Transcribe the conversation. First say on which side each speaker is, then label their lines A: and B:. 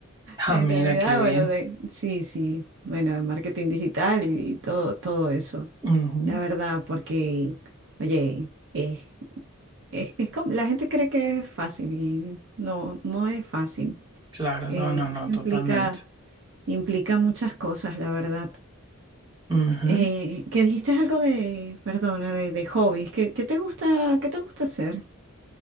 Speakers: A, on the right; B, on the right.
A: Ah,
B: En
A: mira,
B: realidad,
A: qué bien.
B: bueno, de- sí, sí, bueno, en marketing digital y, y todo, todo eso.
A: Ujú.
B: La verdad, porque, oye, es, es, es como- la gente cree que es fácil y no, no es fácil.
A: Claro,
B: Eh,
A: no, no, no,
B: eso
A: totalmente.
B: implica, implica muchas cosas, la verdad.
A: Ujú.
B: Eh, que dijiste algo de, perdona, de, de hobbies. ¿Qué, qué te gusta, qué te gusta hacer?